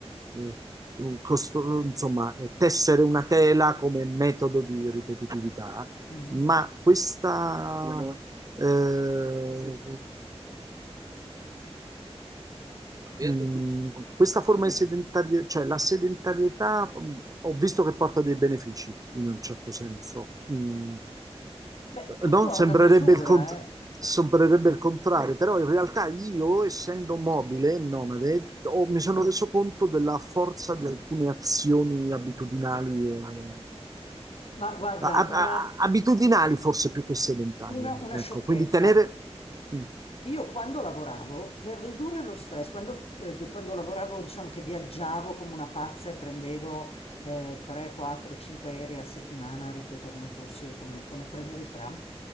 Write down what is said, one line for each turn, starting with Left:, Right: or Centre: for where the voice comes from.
Right: mm, mm, costo- insomma, eh, tessere una tela come metodo di ripetitività,
Left: Mhm.
Right: ma questa... eh, Mm, questa forma di sedentarietà, cioè la sedentarietà, mm, ho visto che porta dei benefici in un certo senso. Mm,
Left: Beh, tutto
Right: no? Sembrerebbe
Left: ha una misura,
Right: il cont-
Left: eh.
Right: sembrerebbe il contrario, però in realtà io, essendo mobile e nomade, ho- mi sono reso conto della forza di alcune azioni abitudinali. eh,
Left: Ma guarda,
Right: a-
Left: una,
Right: a- abitudinali forse più che sedentarie,
Left: una, una
Right: ecco,
Left: sciocchezza.
Right: quindi tenere, mm,
Left: Io quando lavoravo, per ridurre lo stress, quando, eh, quando lavoravo, diciamo che viaggiavo come una pazza e prendevo eh, 3, 4, 5 aerei a settimana, ripeto, come fosse, come, come prendere il tram,